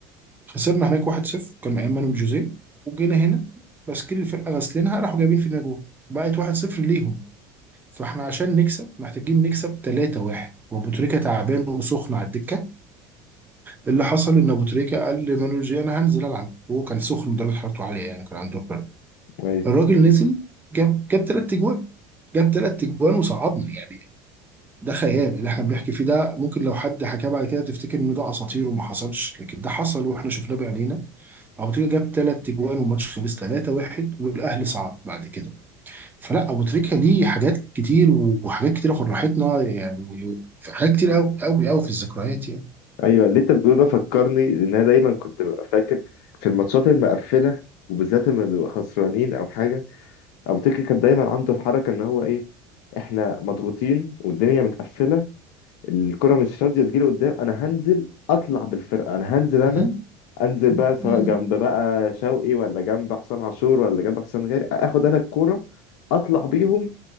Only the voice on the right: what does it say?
خسرنا هناك 1-0 كان ايام مانويل جوزيه وجينا هنا تشكيل الفرقه غاسلينها راحوا جايبين فينا جول بقت 1-0 ليهم فاحنا عشان نكسب محتاجين نكسب 3-1 وابو تريكه تعبان وسخن على الدكه اللي حصل ان ابو تريكه قال لمانويل جوزيه انا هنزل العب وهو كان سخن درجه حرارته عاليه يعني كان عنده برد
الراجل نزل جاب جاب ثلاث اجوان جاب ثلاث اجوان وصعدنا يعني ده خيال اللي احنا بنحكي فيه ده ممكن لو حد حكاه بعد كده تفتكر ان ده اساطير وما حصلش لكن ده حصل واحنا شفناه بعينينا ابو تريكه جاب ثلاث اجوان والماتش خلص 3-1 والاهلي صعد بعد كده فلا ابو تريكه ليه حاجات كتير وحاجات كتيره فرحتنا يعني في حاجات كتير قوي قوي قوي في الذكريات يعني
مهم.
مهم.